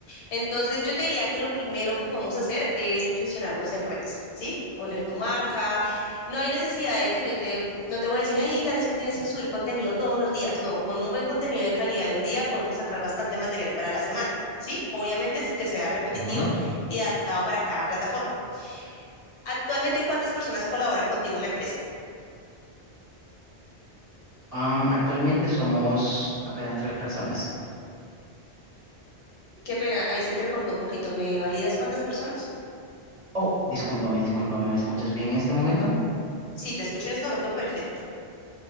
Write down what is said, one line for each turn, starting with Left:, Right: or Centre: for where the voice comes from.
Left: Entonces, yo te diría que lo primero que podemos hacer es posicionarnos en redes, ¿sí? Poner tu marca. No hay necesidad de que yo te, no te voy a decir, ay, tan es que tienes que subir contenido todos los días. No, con un buen contenido de calidad de un día podemos sacar bastante material para la semana, ¿sí? Obviamente sin que sea repetitivo
Right: Ujú.
Left: y adaptado para cada plataforma. Actualmente, ¿cuántas personas colaboran contigo en la empresa?
Right: Am, actualmente somos apenas tres personas.
Left: Qué pena, ahí se entrecortó un poquito. ¿Me validas cuántas personas?
Right: Oh, discúlpame, discúlpame, ¿me escuchas bien en este momento?
Left: Sí, te escucho en este momento perfecto.